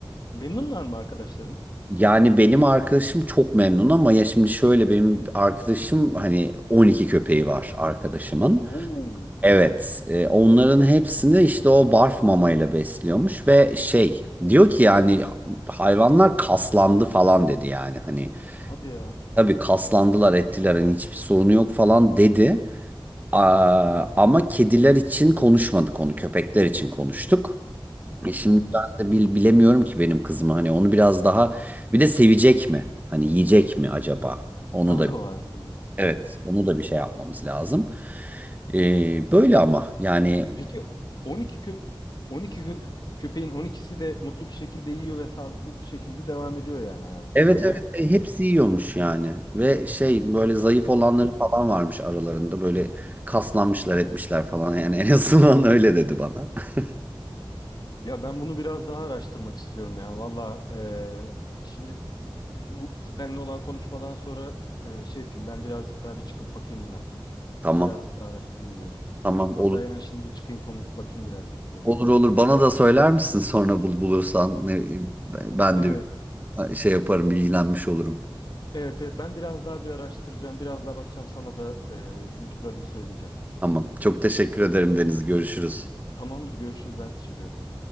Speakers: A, on the left; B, on the right.
A: Memnunlar mı arkadaşların?
B: Yani benim arkadaşım çok memnun ama ya şimdi şöyle benim arkadaşım hani 12 köpeği var arkadaşımın.
A: Oo.
B: Evet, e, onların hepsini işte o barf mamayla besliyormuş ve şey diyor ki yani hayvanlar kaslandı falan dedi yani hani
A: Hadi ya.
B: tabii kaslandılar ettiler hani hiçbir sorunu yok falan dedi. Aa, ama kediler için konuşmadık onu köpekler için konuştuk. E şimdi
A: Hı hı.
B: ben de bil- bilemiyorum ki benim kızımı hani onu biraz daha bir de sevecek mi? Hani yiyecek mi acaba? Onu
A: O
B: da
A: da vardı
B: evet onu da bir şey yapmamız lazım. E, böyle ama yani...
A: Peki 12 kö 12 kö köpeğin 12'si de mutlu bir şekilde yiyor ve sağlıklı bir şekilde devam ediyor yani hayatına
B: Evet
A: doğru
B: evet
A: mu?
B: E, hepsi yiyormuş yani ve şey böyle zayıf olanları
A: Çok iyi.
B: falan varmış aralarında böyle kaslanmışlar etmişler falan yani <laughs> en azından öyle dedi bana. <laughs>
A: Ya ben bunu biraz daha araştırmak istiyorum ya. Valla eee, şimdi bu seninle olan konuşmadan sonra eee, şey yapayım ben birazcık daha bir çıkıp bakayım buna.
B: Tamam
A: Birazcık daha araştırayım diyorum.
B: tamam
A: Hatta
B: olur
A: yani şimdi bir çıkayım konuş bakayım birazcık diyorum.
B: olur olur bana da söyler misin sonra bul bulursan ne, e, ben
A: Evet.
B: de şey yaparım bilgilenmiş olurum.
A: Evet evet ben biraz daha bir araştıracağım. Biraz daha bakacağım sana da eee, bulduklarımı söyleyeceğim.
B: Tamam çok teşekkür ederim Deniz görüşürüz.
A: Tamamdır görüşürüz ben teşekkür ederim.